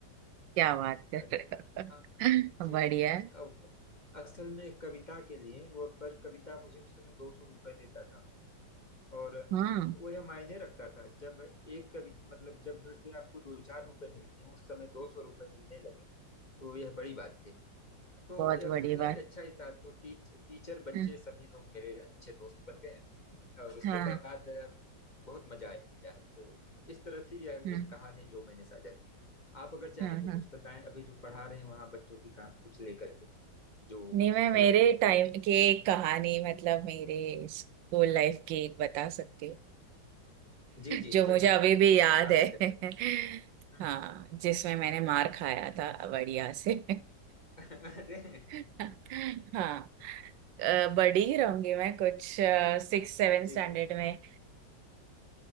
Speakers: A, on the right (about 85°); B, on the left (about 30°).
A: क्या बात कर
B: अ-
A: रहे
B: अ-
A: हो
B: जी
A: <laughs> बढ़िया है।
B: अ- असल में कविता के लिए वो पर कविता मुझे उस समय दो सौ रुपये देता था और
A: हाँ
B: वो यह मायने रखता था जब एक कवि मतलब जब घर से आपको दो चार रुपए मिलते हैं उस समय दो सौ रुपये मिलने लगे तो यह बड़ी बात थी तो
A: बहुत
B: यह
A: बड़ी
B: कुल मिला
A: बात
B: के अच्छा ही था तो टीच, टीचर बच्चे
A: हाँ
B: सभी लोग मेरे अच्छे दोस्त बन गए और उसके
A: हाँ
B: बाद अ, बहुत मजा आया तो इस तरह थी यह
A: हाँ
B: एक कहानी जो मैंने साझा की आप अगर चाहें
A: हाँ
B: तो
A: हाँ।
B: कुछ बताएं अभी जो पढ़ा रहे हैं वहाँ बच्चों की कहा कुछ लेकर के जो
A: नहीं मैं मेरे
B: मतलब
A: टाइम
B: कुछ
A: की एक कहानी मतलब मेरे स्कूल लाइफ की एक बता सकती हूँ
B: जी जी
A: जो मुझे
B: जरूर
A: अभी भी याद
B: स्वागत
A: है
B: है आपका।
A: <laughs>
B: हम्म,
A: हाँ जिसमें मैंने मार खाया था बढ़िया से
B: हम्म। <laughs> अरे
A: <laughs> हाँ अ, बड़ी ही रहूंगी मैं कुछ सिक्स सेवन
B: जी
A: स्टैंडर्ड
B: जी
A: में